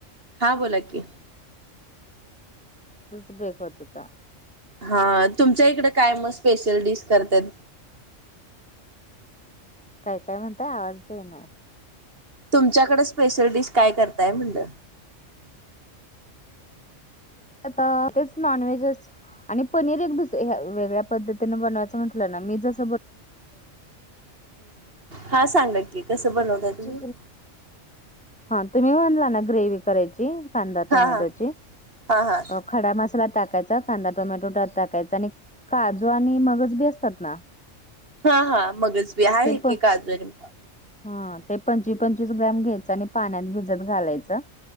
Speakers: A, on the right (about 45°); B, in the centre.
A: हां बोला की
B: तच ब्रेक होत होता
A: हा तुमच्या इकड काय मग स्पेशल डिश करतात
B: काय काय म्हणताय आवाज च नाही
A: तुमच्याकड स्पेशल डिश काय करताय म्हणलं
B: आता तेच नॉन वेजच आणि पनीर एक दुस ह्या वेगळ्या पद्धतीनें बनवायचं म्हटलं ना मी जस
A: हा सांगत की
B: कांदा
A: कस बनवताय
B: टोमॅटोची
A: तुम्ही <inaudible>
B: हा तुम्ही म्हनला ना ग्रेवी करायची कांदा
A: हा
B: टोमॅटोची
A: हा हा हा
B: खडा मसाला टाकायचा कांदा टोमॅटो त्यात टाकायचा आणि काजू आणि मगज बी असतात ना
A: हा हा मगच बी आहे
B: ते पण
A: की काजू आणि
B: हा ते पंचवीस पंचवीस ग्रॅम घ्यायच आणि पाण्यात भिजत घालायचं